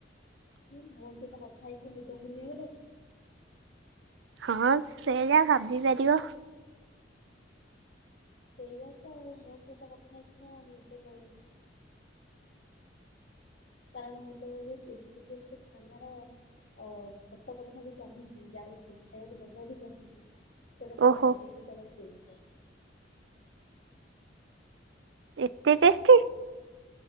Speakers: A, on the left (about 80°); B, on the right (about 70°).
A: କି ମୋ ସହିତ କଥା ହେଇକି, ନିଦ ଭୁଲିଗଲ କି?
B: ହଁ, ସେ ଯା ଭାବି ପାରିବ।
A: ସେଇଆ ତ, ଆଉ ମୋ ସହିତ କଥା ହେଇକି ତ ନିଦ ପଳେଇଛି। କଣ ମୁଁ ତ <unintelligible> ଟେଷ୍ଟଟି ଟେଷ୍ଟଟି ଖାନାର ଅ ଫଟୋ ପଠେଇକୁ ଚାହୁଁଛି, ଯାଉଛି, ଖାଇବାକୁ ଦେବାକୁ ଚାହୁଁଛି। ସେଇଟା ତମେ
B: ଓହୋ
A: ଭାବିକି ତମେ ଚେଇଁଚ?
B: ଏତେ ଟେଷ୍ଟି
A: ହେଲା।